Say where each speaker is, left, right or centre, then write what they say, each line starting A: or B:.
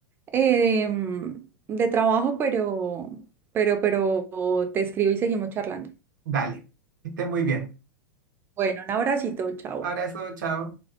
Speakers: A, on the right (about 20°); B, on the right (about 60°).
A: eh, mm, de trabajo, pero, pero, pero te escribo y seguimos charlando.
B: dale. Que estés muy bien.
A: Bueno, un abracito, chao.
B: Abrazo, chao.